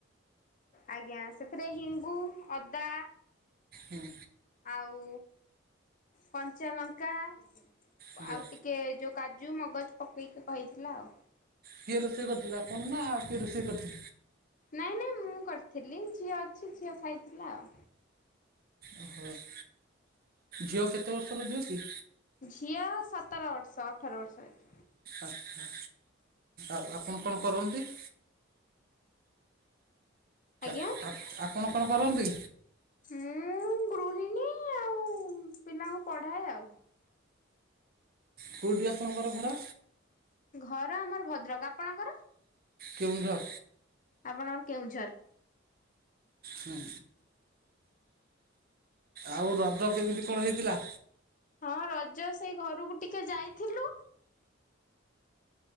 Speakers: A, on the left; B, on the right.
A: ଆଜ୍ଞା ସେଥିରେ ହିଙ୍ଗୁ ଅଦା
B: ହୁଁ।
A: ଆଉ କଞ୍ଚାଲଙ୍କା ଆଉ
B: ଆଜ୍ଞା
A: ଟିକ୍ ଟିକେ ଯୋଉ କାଜୁ ମଗଜ ପକେଇକି ହଇଥିଲା ଆଉ।
B: କିଏ ରୋଷେଇ କରିଥିଲା ଆପଣ ନା ଆଉ କିଏ ରୋଷେଇ କରିଥିଲେ?
A: ନାଇଁ ନାଇଁ ମୁଁ କରିଥିଲି ଝିଅ ଅଛି ଝିଅ ଖାଇଥିଲା ଆଉ।
B: ଓହୋଃ, ଝିଅ କେତେ ବର୍ଷର ଝିଅ କି?
A: ଝିଅ ସତର ବର୍ଷ ଅଠର ବର୍ଷ ଏଠି।
B: ଆଚ୍ଛା ଆଉ ଆପଣ କଣ କରନ୍ତି?
A: ଆଜ୍ଞା।
B: <inaudible> ଆପଣ କଣ କରନ୍ତି?
A: ମୁଁ-ଉ-ଉ ଗୃହିଣୀ ଆଉ ପିଲାଙ୍କୁ ପଢ଼ାଏ ଆଉ।
B: କୋଉଠି ଆପଣଙ୍କର ଘର?
A: ଘର ଆମର ଭଦ୍ରକ। ଆପଣଙ୍କର?
B: କେଉଁଝର।
A: ଆପଣଙ୍କର କେଉଁଝର?
B: ହୁଁ। ଆଉ ରଜ କେମିତି କଣ ହେଇଥିଲା?
A: ହଁ ରଜ ସେଇ ଘରକୁ ଟିକେ ଯାଇଥିଲୁ।